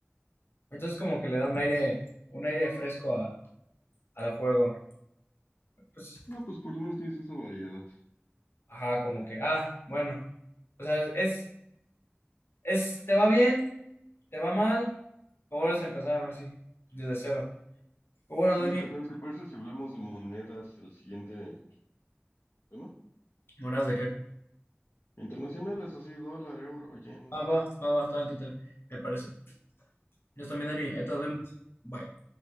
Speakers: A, on the left (about 65°); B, on the left (about 85°).
A: Entonces como que le da un aire, un aire fresco a- al juego. Pues,
B: ah, pues por lo menos tienes esa variedad.
A: ajá, como que, ah, bueno, o sea, es, es, te va bien, te va mal, o vuelves a empezar aún así, desde cero. Pero Bueno,
B: Oye,
A: Dani,
B: carnal, ¿te parece si hablamos de monedas el siguiente tema?
A: buenas de qué?
B: Internacionales, así, dólar, euro, yen.
A: Ah, va, va, va, está bien, tú te- me parece. Yo también, Dani. Ahí te nos vemos. Bye.